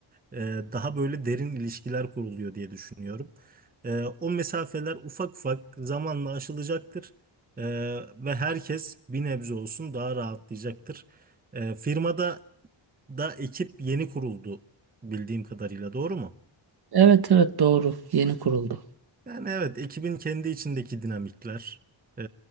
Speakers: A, on the right; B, on the right.
A: e, daha böyle derin ilişkiler kuruluyor diye düşünüyorum. E, o mesafeler ufak ufak zamanla aşılacaktır. E, ve herkes bir nebze olsun daha rahatlayacaktır. E, firmada da ekip yeni kuruldu bildiğim kadarıyla doğru mu?
B: Evet evet doğru. Yeni kuruldu.
A: Yani evet ekibin kendi içindeki dinamikler e,